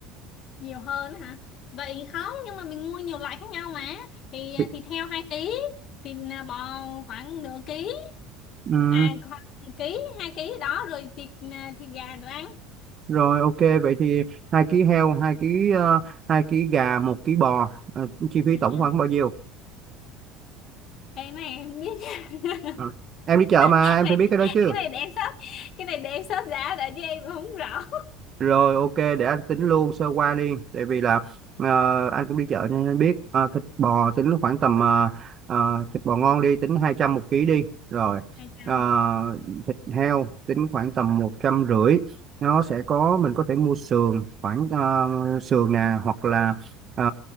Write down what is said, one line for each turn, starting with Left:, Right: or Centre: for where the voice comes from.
Left: nhiều hơn hả vậy không nhưng mà mình mua nhiều loại khác nhau mà thì
Right: Thì-
Left: thì theo hai ký thì là bò khoảng nửa ký
Right: ừm,
Left: à khoảng ký hai ký đó rồi thịt thịt gà nữa anh
Right: rồi ok vậy thì hai ký heo hai ký ờ, hai ký gà một ký bò Ờ, chi phí
Left: Ừ.
Right: tổng khoảng bao nhiêu
Left: Ê, cái này em không biết nha. <laughs>
Right: Ờ, em đi chợ mà
Left: cái
Right: em
Left: này
Right: phải biết cái đó chứ
Left: cái này để em sót cái này để em sót giá đã chứ em không rõ
Right: Rồi ok để anh tính luôn sơ qua đi tại vì là ờ, anh cũng đi chợ nên anh biết Ờ, thịt bò tính khoảng tầm ờ, ờ, thịt bò ngon đi tính 200 một ký đi rồi
Left: hai trăm
Right: ờ, thịt heo tính khoảng tầm một trăm rưỡi nó sẽ có mình có thể mua sườn khoảng ờ, sườn nè hoặc là ờ,